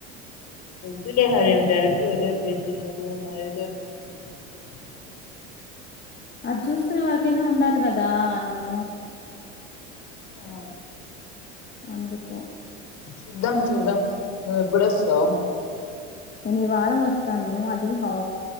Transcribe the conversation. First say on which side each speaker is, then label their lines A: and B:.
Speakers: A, on the left (about 50°); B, on the left (about 30°).
A: వదులే హరే డైరెక్ట్ వర పేజ్ <unintelligible>
B: అది చూసుకునే వరకైనా ఉండాలి కదా నేను
A: ఆ
B: అందుకు
A: చూద్దాం చూద్దాం నువ్వు ఎప్పుడు వస్తావు
B: నేను ఈ వారం వస్తాను అది హౌ